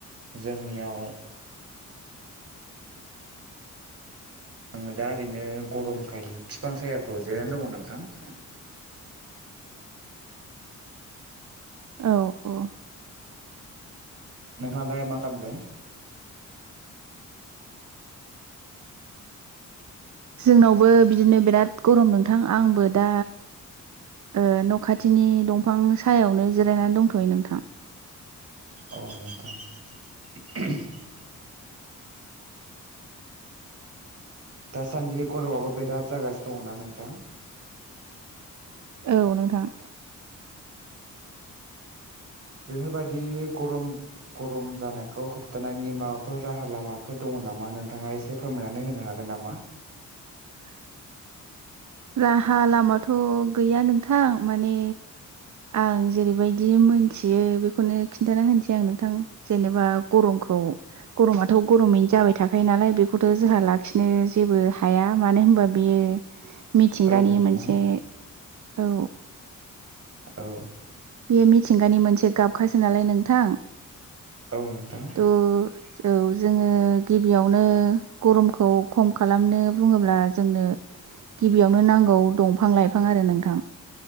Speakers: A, on the right; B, on the right.
A: जोंनियाव आङो दा ओरैनो गरमखाय फिफां सायाफ्राव जिरायनानै दङ नोंथां।
B: औ औ।
A: नोंहालाय मा खामदों?
B: जोंनावबो बिदिनो बिराद गरम नोंथां आंबो दा ओ न' खाथिनि दंफां सायावनो जिरायनानै दंथ'यो नोंथां।
A: औ नोंथां <unintelligible> दासान्दि गरमआबो बिराद जागासिनो दङना नोंथां?
B: औ नोंथां।
A: बेफोरबायदि गरम -गरम जानायखौ होबथानायनि माबाफोर राहा लामाफोर दङ नामा नोंथाङा एसे फोरमायनानै होनो हागोन नामा?
B: <inaudible> राहा लामाथ' गैया नोंथां माने आं जेरैबायदि मोनथियो बेखौनो खिन्थाना होनसै आं नोंथां जेनेबा गरम <unintelligible> गरम आथ'गरमयैनो जाबाय थाखायो नालाय बेखौथ' जोंहा लाखिनो जेबो हाया माने होनबा बियो मिथिंगानि
A: औ नोंथां
B: मोनसे औ।
A: औ।
B: बेयो मिथिंगानि मोनसे गाबखासो नालाय नोंथां
A: औ नोंथां
B: थ' औ। जोङो गिबियावनो गरमखौ खम खालामनो बुङोब्ला जोंनो गिबियावनो नांगौ दंफां लाइफां आरो नोंथां।